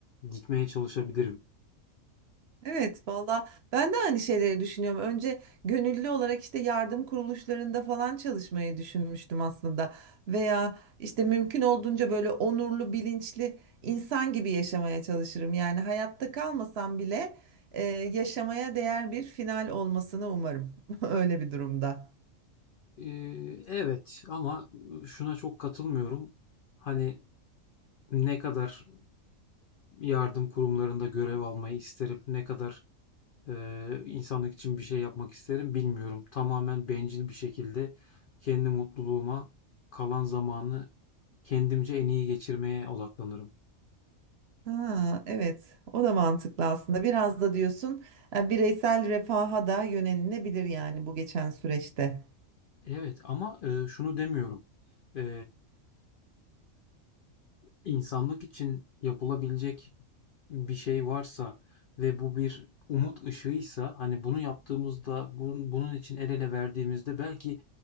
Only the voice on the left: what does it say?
gitmeye çalışabilirim.
E, evet ama şuna çok katılmıyorum. Hani ne kadar yardım kurumlarında görev almayı isterim, ne kadar e, insanlık için bir şey yapmak isterim bilmiyorum. Tamamen bencil bir şekilde kendi mutluluğuma kalan zamanı kendimce en iyi geçirmeye odaklanırım.
Evet ama e, şunu demiyorum. E, insanlık için yapılabilecek bir şey varsa ve bu bir umut ışığıysa hani bunu yaptığımızda bun- bunun için el ele verdiğimizde belki